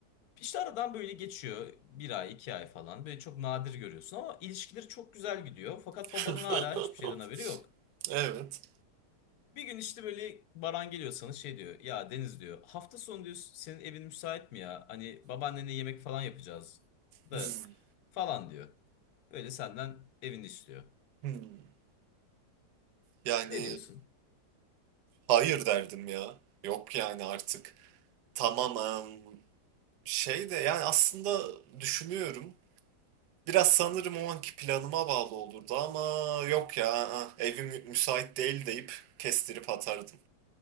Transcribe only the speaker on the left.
İşte aradan böyle geçiyor bir ay iki ay falan böyle çok nadir görüyorsun ama ilişkileri çok güzel gidiyor. Fakat
babanın hala hiçbir şeyden haberi yok.
Bir gün işte böyle Baran geliyor sana şey diyor ya Deniz diyor hafta sonu diyor senin evin müsait mi ya? Hani babaannenle yemek falan yapacağız da
falan diyor. Böyle senden evini istiyor.
Ne diyorsun?